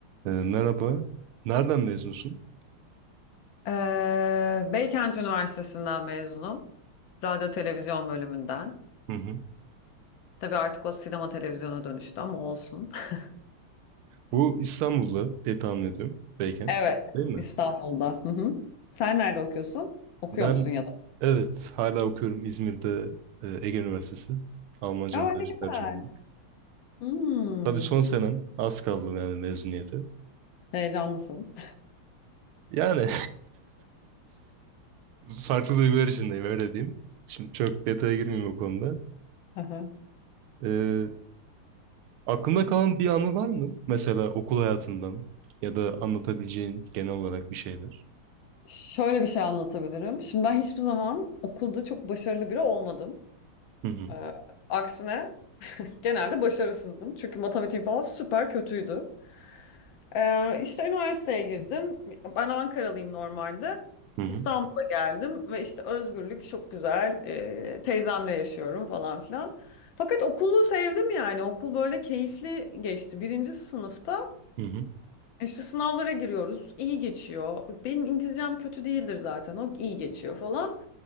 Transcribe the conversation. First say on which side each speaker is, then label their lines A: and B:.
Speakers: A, on the right; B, on the left.
A: Ee, merhaba. Nereden mezunsun?
B: Ee, Beykent Üniversitesi'nden mezunum. Radyo televizyon bölümünden.
A: Hı hı.
B: Tabii artık o sinema televizyona dönüştü ama olsun. <laughs>
A: Bu İstanbul'da diye tahmin ediyorum. Beykent.
B: Evet,
A: Değil mi?
B: İstanbul'da. Hı hı. Sen nerede okuyorsun? Okuyor
A: Ben
B: musun ya da?
A: evet hala okuyorum İzmir'de e, Ege Üniversitesi. Almanca
B: Aa,
A: ve tercih
B: ne güzel.
A: tercümanlık.
B: Hmm,
A: Tabii son senem. Az kaldı yani mezuniyete.
B: heyecanlısın.
A: Yani <laughs> farklı duygular içindeyim öyle diyeyim. Şimdi çok detaya girmeyeyim o konuda.
B: <laughs> Aha.
A: Ee, aklında kalan bir anı var mı? Mesela okul hayatından ya da anlatabileceğin genel olarak bir şeyler.
B: Şöyle bir şey anlatabilirim. Şimdi ben hiçbir zaman okulda çok başarılı biri olmadım.
A: Hı hı.
B: Ee, aksine genelde başarısızdım. Çünkü matematiğim falan süper kötüydü. Ee, işte üniversiteye girdim. Ben Ankaralıyım normalde.
A: Hı hı.
B: İstanbul'a geldim ve işte özgürlük çok güzel. Ee, teyzemle yaşıyorum falan filan. Fakat okulu sevdim yani. Okul böyle keyifli geçti. Birinci sınıfta
A: Hı hı.
B: işte sınavlara giriyoruz. iyi geçiyor. Benim İngilizcem kötü değildir zaten. O iyi geçiyor falan.